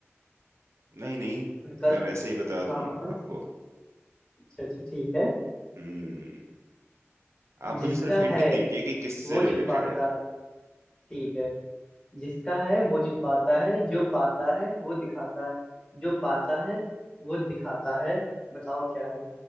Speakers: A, on the right; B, on the left.
A: नहीं नहीं
B: विकल्प
A: मैं वैसे ही बता
B: हाँ
A: दूंगा
B: हाँ
A: आपको
B: अच्छा अच्छा ठीक है
A: हम्म आप
B: जिसका
A: मुझे सिर्फ हिंट
B: है
A: दीजिए कि किससे
B: वो
A: रिलेटेड
B: छुपाता
A: है
B: है ठीक है जिसका है वो छुपाता है जो पाता है वो दिखाता है जो पाता है वो दिखाता है बताओ क्या है